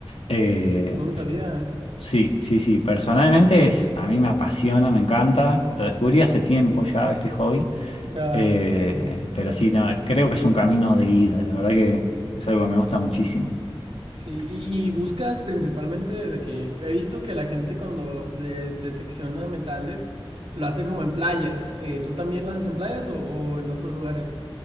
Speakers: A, on the left; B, on the right.
A: Eh,
B: no lo sabía.
A: sí, sí, sí, personalmente es, a mí me apasiona, me encanta, lo descubrí hace tiempo ya este hobby,
B: Ya.
A: eh, pero sí, no, creo que es un camino de ida, la verdad que es algo que me gusta muchísimo.
B: Sí, y, y buscas principalmente de que he visto que la gente cuando de- detecciona metales lo hace como en playas. Eh, ¿tú también lo haces en playas o, o en otros lugares?